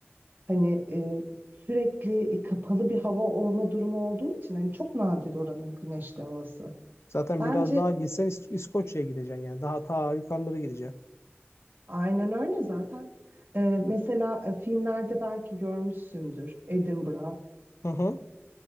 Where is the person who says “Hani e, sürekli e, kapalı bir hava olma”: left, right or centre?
Right